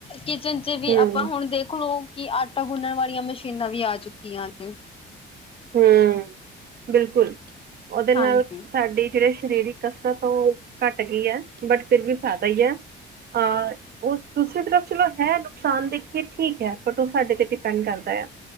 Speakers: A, on the left (about 30°); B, on the right (about 55°).
A: ਕਿਚਨ ਚ ਵੀ
B: ਹਮ
A: ਆਪਾਂ ਹੁਣ ਦੇਖ ਲਓ ਕਿ ਆਟਾ ਗੁੰਨਣ ਵਾਲੀਆਂ ਮਸ਼ੀਨਾਂ ਵੀ ਆ ਚੁੱਕੀਆਂ ਨੇ
B: ਹਮ ਬਿਲਕੁਲ ਉਹਦੇ ਨਾਲ
A: ਹਾਂਜੀ
B: ਸਾਡੀ ਇਕ ਰੀਸ਼ ਸਰੀਰਕ ਕਸਰਤ ਉਹ ਘੱਟ ਗਈ ਹੈ ਬਟ ਫਿਰ ਵੀ ਫਾਇਦਾ ਹੀ ਹੈ ਅ ਉਹ ਦੂਸਰੀ ਤਰਫ ਚਲੋ ਹੈ ਨੁਕਸਾਨ ਦੇਖੀਏ ਠੀਕ ਹੈ ਬਟ ਉਹ ਸਾਡੇ ਤੇ ਡਿਪੈਂਡ ਕਰਦਾ